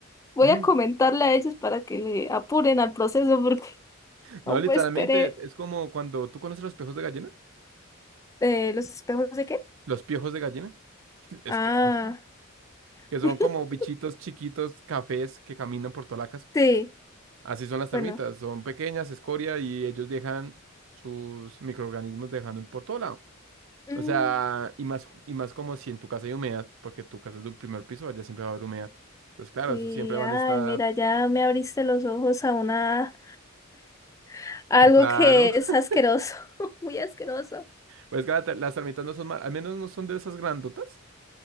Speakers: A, on the left; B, on the right.
A: voy
B: Mm.
A: a comentarle a ellos para que le apuren al proceso porque
B: No,
A: no
B: literalmente
A: me esperé.
B: es como cuando tú conoces los piojos de gallina,
A: Eh, ¿los espejos de qué?
B: los piojos de gallina, <laughs> espejos,
A: Ah,
B: que son
A: <laughs>
B: como bichitos chiquitos, cafés que caminan por toda la casa.
A: sí,
B: Así son las termitas,
A: bueno.
B: son pequeñas, escoria, y ellos dejan sus microorganismos dejando por todo lado.
A: mm,
B: O sea, y más, y más como si en tu casa hay humedad, porque tu casa es de un primer piso, allá siempre va a haber humedad. Entonces, claro,
A: sí,
B: eso siempre van
A: ay,
B: a estar.
A: mira, ya me abriste los ojos a una, <laughs> a
B: Pues
A: algo
B: claro,
A: que es
B: <laughs>
A: asqueroso, <laughs> muy asqueroso.
B: pues claro, te- las termitas no son mal, al menos no son de esas grandotas,